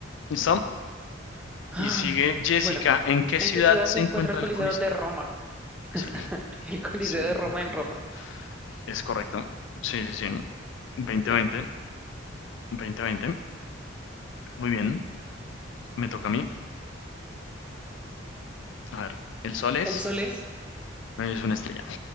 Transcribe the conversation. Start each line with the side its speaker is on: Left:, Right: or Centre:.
Left: ¿Listo?
Centre: Ay,
Left: Y sigue Jessica.
Centre: bueno,
Left: ¿En qué
Centre: ¿en
Left: ciudad
Centre: qué ciudad
Left: se
Centre: se encuentra
Left: encuentra
Centre: el Coliseo
Left: el Coliseo?
Centre: de Roma?
Left: Sí,
Centre: <laughs> El Coliseo
Left: sí,
Centre: de Roma
Left: correcto.
Centre: en Roma.
Left: Es correcto. Sí, sí, sí. veinte
Centre: Muy bien.
Left: veinte, veinte veinte. Muy bien. Me toca a mí. A ver, el sol es,
Centre: ¿El sol es
Left: es una estrella.